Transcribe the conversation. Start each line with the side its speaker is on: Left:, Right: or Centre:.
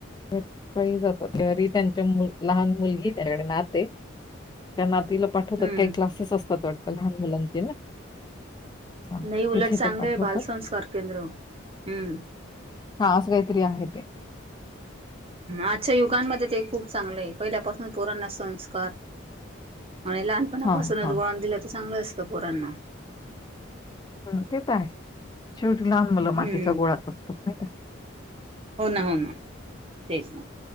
Left: त्या ही जातात घरी त्यांच्या मु लहान मुलगी त्याच्याकडे नात आहे त्या ना तिला पाठवतात
Right: हम्म
Left: काही क्लासेस असतात वाटत लहान मुलांचे ना हां,
Right: नाही उलट
Left: तिथे
Right: चांगल
Left: त्या पाठवतात.
Right: बालसंस्कार केंद्र हम्म
Left: हा अस काहीतरी आहे ते
Right: अजच्या युगांमध्ये ते खूप चांगलं आहे पहिल्यापासून पोरांना संस्कार आणि लहानपणापासूनच
Left: हां, हां.
Right: वळण दिलं तर चांगलं असतं पोरांना
Left: हम्म ते तर आहे शेवटी लहान
Right: हम्म
Left: मुलं मातीचा गोळाच असतात नाही का?
Right: हो
Left: हं,
Right: ना हो ना तेच ना